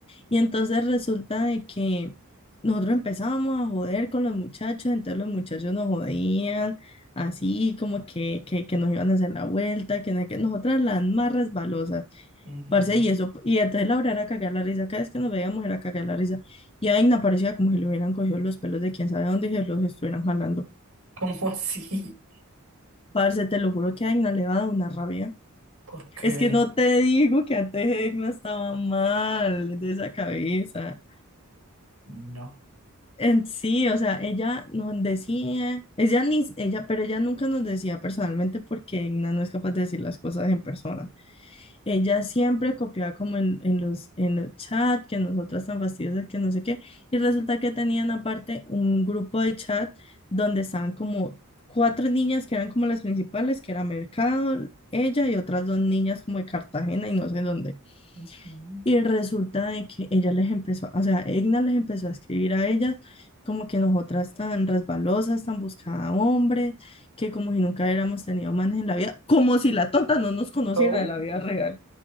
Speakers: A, on the left; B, on the right.
A: Y entonces resulta de que nosotros empezábamos a joder con los muchachos, entonces los muchachos nos jodían, así como que, que, que nos iban a hacer la vuelta, que, nada, que nosotras las más resbalosas.
B: Ujú.
A: Parce, y eso,
B: <laughs>
A: y entonces Laura era cagar la risa, cada vez que nos veíamos era cagar la risa, y a Aina parecía como si le hubieran cogido los pelos de quién sabe dónde y se los estuvieran jalando.
B: ¿Cómo así?
A: Parce, te lo juro que a Aina le va a dar una rabia.
B: ¿Por qué?
A: Es que no te digo que antes Egna estaba mal de esa cabeza.
B: No.
A: En sí, o sea, ella nos decía, ella ni, ella, pero ella nunca nos decía personalmente porque Egna no es capaz de decir las cosas en persona. Ella siempre copiaba como en, en los, en los chats, que nosotras tan fastidiosas, que no sé qué. Y resulta que tenían aparte un grupo de chat donde estaban como cuatro niñas que eran como las principales, que era Mercado, ella y otras dos niñas como de Cartagena y no sé dónde.
B: Ujú.
A: Y resulta de que ella les empezó, o sea, Egna les empezó a escribir a ellas como que nosotras tan resbalosas, tan buscada hombre, que como si nunca hubiéramos tenido manes en la vida, como si la tonta no nos conociera
B: Oh,
A: de la vida real.